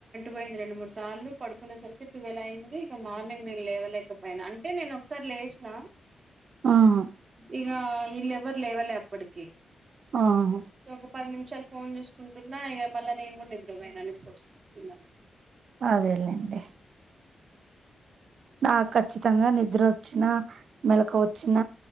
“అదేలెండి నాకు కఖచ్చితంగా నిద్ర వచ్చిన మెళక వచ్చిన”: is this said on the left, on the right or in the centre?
Right